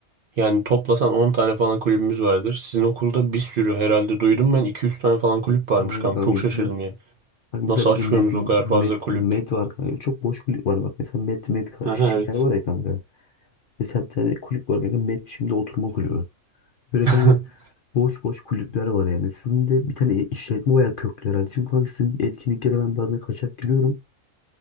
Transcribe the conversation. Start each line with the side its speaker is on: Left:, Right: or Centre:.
Right: Yani toplasan 10 tane falan kulübümüz vardır. Sizin okulda bir sürü herhalde duydum ben 200 tane falan kulüp varmış
Left: Aynen
Right: kanka.
Left: kanka
Right: Çok şaşırdım
Left: bizde.
Right: ya.
Left: Bak mesela
Right: Nasıl
Left: bizde
Right: açıyorsunuz
Left: med,
Right: o kadar
Left: med,
Right: fazla kulüp?
Left: med var kanka. Çok boş kulüp var bak. Mesela med, med ka-
Right: Aha,
Left: şimdiler
Right: evet.
Left: var ya kanka. Mesela bir tane kulüp var kanka. Med şimdi oturma kulübü. Böyle
Right: <laughs>
Left: kanka boş boş kulüpler var yani. Sizin de bir tane işletme bayağı köklü herhalde. Çünkü kanka sizin etkinliklere ben bazen kaçak giriyorum.